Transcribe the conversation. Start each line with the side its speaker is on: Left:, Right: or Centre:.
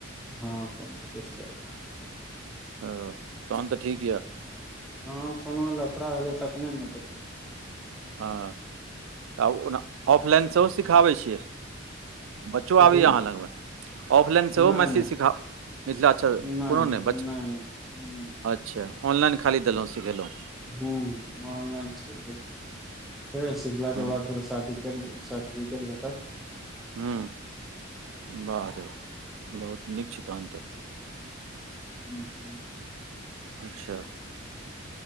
Centre: हँ कोनो चष्ट
Right: ओ तहन तऽ ठीक यऽ
Centre: हँ कोनो लफड़ा भेलइ तखने ने हेतै कोनो
Right: हँ आ ओना ऑफलाइन सेहो सिखाबै छियै बच्चो
Centre: कथी
Right: आबैए अहाँ लग में ऑफलाइन सेहो
Centre: नहि
Right: मैथिली
Centre: नहि
Right: सिखाउ मिथिला अच्छा
Centre: नहि
Right: कोनो नइ बचा
Centre: नहि नहि नहि
Right: अच्छा ऑनलाइन खाली देलहुँ सिखेलहुँ
Centre: हं अनलाइन छै छै सिखला
Right: हूँ
Centre: के बाद फेर शादी सर्टिफिकेट भेटत
Right: हूँ बाह रे बहुत नीक छय तहन त
Centre: हूँ हूँ <inaudible>
Right: अच्छा